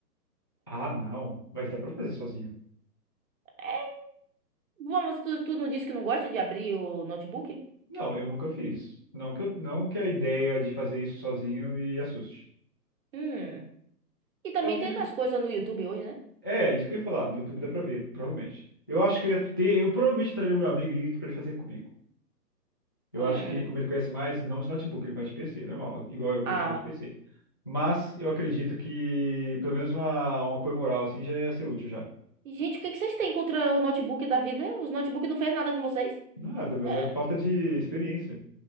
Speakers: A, on the left; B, on the right.
A: Ah, não. Mas dá pra fazer sozinho.
B: Eh, Bom, você, tu, tu não disse que não gosta de abrir o notebook?
A: Não, eu nunca fiz. Não que, eu, não que a ideia de fazer isso sozinho me assuste.
B: Hum. E também
A: Provavelmente.
B: tem nas coisas no YouTube hoje, né?
A: É, isso que eu ia falar. No YouTube dá pra ver, provavelmente. Eu acho que eu ia ter. Eu provavelmente traria o meu amigo e- pra ele fazer comigo. Eu
B: Hum.
A: acho que, como ele conhece mais, não de notebook, ele conhece de PC, normal, igual eu conheço
B: Ah.
A: mais de PC. Mas eu acredito que pelo menos uma, um apoio moral assim já ia ser útil já.
B: E, Gente, o que que vocês têm contra o notebook da vida? Os notebooks não fez nada com vocês?
A: Nada, mas
B: É,
A: é falta de experiência.